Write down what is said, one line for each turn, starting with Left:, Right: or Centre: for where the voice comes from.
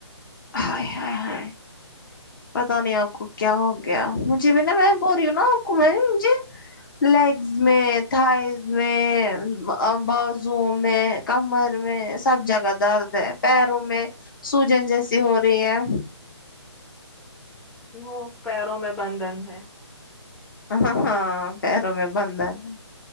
Left: ہائے ہائے ہائے پتا نہیں آپ کو کیا ہو گیا مجھے بھی نا میں بول رہی ہوں نا آپ کو میں مجھے لیگز میں تھائز میں ا بازو میں کمر میں سب جگہ درد ہے پیروں میں سوجن جیسی ہو رہی ہے
Centre: وہ پیروں میں بندھن ہے
Left: ہاں ہاں پیروں میں بندہن ہے